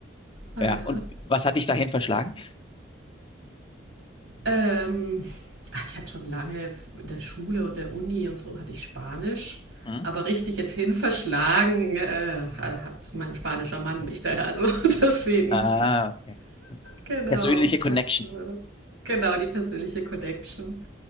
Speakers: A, on the right (about 85°); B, on the left (about 25°).
A: Naja,
B: Ja, und was hat dich dahin verschlagen?
A: Ähm, ach, ich hatte schon lange in der Schule und der Uni und so hatte ich Spanisch.
B: Hm?
A: Aber richtig jetzt hin verschlagen äh, hat mein spanischer Mann mich daher. Also <laughs> deswegen.
B: Ah, okay.
A: Genau.
B: Persönliche Connection.
A: Also, genau, die persönliche Connection.